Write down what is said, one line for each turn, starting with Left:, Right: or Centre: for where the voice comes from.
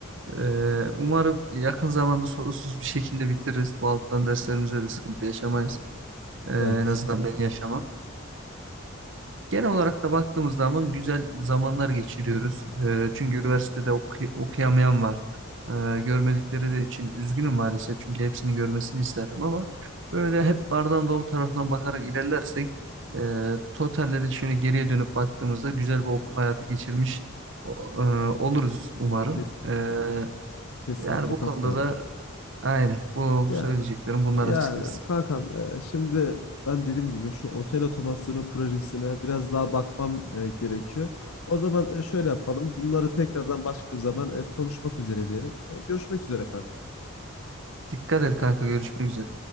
Right: Ee, umarım yakın zamanda sorunsuz bir şekilde bitiririz. Bu alttan derslerimizde de sıkıntı yaşamayız. Ee, en
Left: Evet.
Right: azından ben yaşamam. Genel olarak da baktığımız zaman güzel zamanlar geçiriyoruz. Ee, çünkü üniversitede oku- okuyamayan var. Ee, görmedikleri de için üzgünüm maalesef. Çünkü hepsini görmesini isterdim ama böyle hep bardağın dolu tarafından bakarak ilerlersek e, totalde de şöyle geriye dönüp baktığımızda güzel bir okul hayatı geçirmiş o- e, oluruz umarım.
Left: Kesinlikle.
Right: Ee,
Left: Kesinlikle
Right: yani bu
Left: katılıyorum.
Right: konuda da aynı. Bu
Left: Ya
Right: söyleyeceklerim bunlar
Left: yani
Right: açıkçası.
Left: kankam e, şimdi ben dediğim gibi şu otel otomasyonu projesine biraz daha bakmam e, gerekiyor. O zaman e, şöyle yapalım. Bunları tekrardan başka bir zaman e, konuşmak üzere diyelim. E, görüşmek üzere kankam.
Right: Dikkat et kanka görüşmek üzere.